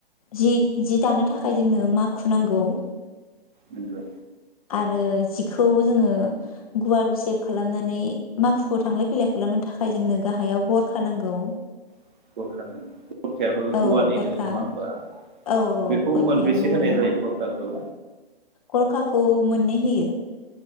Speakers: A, on the left; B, on the right.
A: जि जि दानो थाखाय जोंनो माखु नांगौ।
B: नोंगौ
A: आरो जिखौ जोङो गुवार गुसेब खालामनानै माखुखौ थांलाय फै खालामनो थाखाय जोंनो गाहायाव गट होनांगौ
B: <unintelligible>
A: औ
B: औवानिनो
A: गरखा
B: नङा होमबा
A: औ औ
B: बेखौ
A: गरखायाबो
B: मोनबेसे
A: औवानि
B: होनाय जायो गरखाखौ
A: गरखाखौ मोननै होयो।